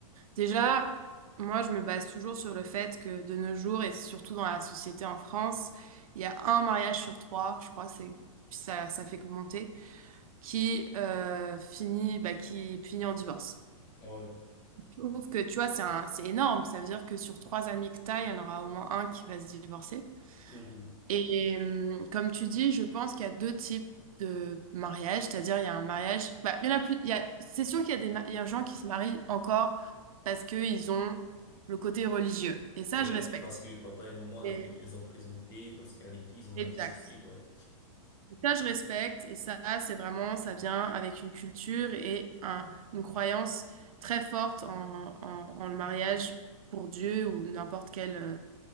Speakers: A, on the right (about 85°); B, on the left (about 20°).
A: Déjà, moi, je me base toujours sur le fait que de nos jours, et surtout dans la société en France, il y a un mariage sur trois, je crois, c'est ça, ça fait que monter, qui euh, finit, bah, qui finit en divorce.
B: Ah ouais.
A: Je trouve que tu vois, c'est un- c'est énorme. Ça veut dire que sur trois amis que t'as, il y en aura au moins un qui va se divorcer.
B: Mhm.
A: Et euh, comme tu dis, je pense qu'il y a deux types de mariage, c'est-à-dire il y a un mariage, bah, il y en a plus, il y a- c'est sûr qu'il y a des ma- il y a des gens qui se marient encore parce qu'ils ont le côté religieux. Et ça,
B: Ouais,
A: je respecte.
B: parce que papa et maman
A: Et-
B: les, les ont présentés, parce qu'à l'église, on
A: exact.
B: a dit ceci, ouais.
A: Et ça, je respecte. Et ça, c'est vraiment, ça vient avec une culture et un- une croyance très forte en, en- en le mariage pour Dieu ou n'importe quelle euh,